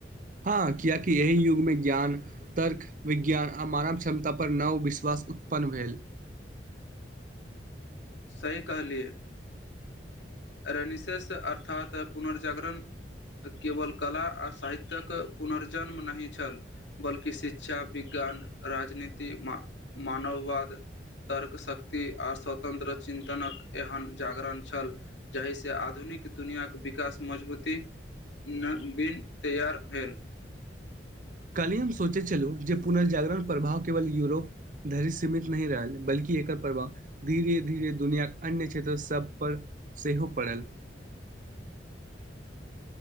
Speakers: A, on the right; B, on the left.
A: हँ कियाक एहि युगमे ज्ञान तर्क विज्ञान आ मानव क्षमता पर नव विश्वास उत्पन्न भेल
B: सही कहलियै रेनिसस अर्थात पुनर्जागरण केवल कला आ साहित्यक पुनर्जन्म नहि छल बल्कि शिक्षा विज्ञान राजनीति मा मानववाद तर्क शक्ति आ स्वतन्त्र चिन्तनक एहन जागरण छल जाहिसे आधुनिक दुनिआँके विकास मजबूती नहि बिन तैयार भेल
A: काल्हि हम सोचै छलु जे पुनर्जागरण प्रभाव केवल यूरोप धरि सीमित नहि रहल बल्कि कि एकर प्रभाव धीरे धीरे दुनियाक अन्य क्षेत्र सब पर सेहो पड़ल
B: <inaudible>